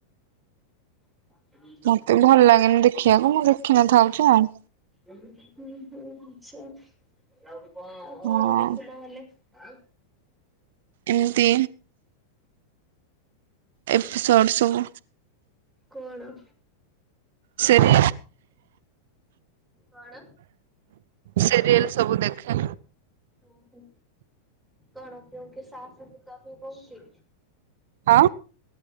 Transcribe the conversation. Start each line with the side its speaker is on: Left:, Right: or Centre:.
Centre: <inaudible>
Right: ମତେ ବି ଭଲ ଲାଗେନି ଦେଖିବାକୁ ମୁଁ ଦେଖିନଥାଉଛି ଆଉ।
Centre: ଉଁ ହୁଁ ଆଛା ଆଉ
Right: ହଁ।
Centre: କଣ ଦେଖୁ ତାହେଲେ? ଆଁ
Right: ଏମତି ଏପିସୋଡ ସବୁ
Centre: କଣ?
Right: ସେରି
Centre: କଣ?
Right: ସିରିଏଲ ସବୁ ଦେଖେ।
Centre: ଓହୋ କଣ କେଉ କି ସାସ ବି କ ବି ବୋହୁକି।
Right: ଆ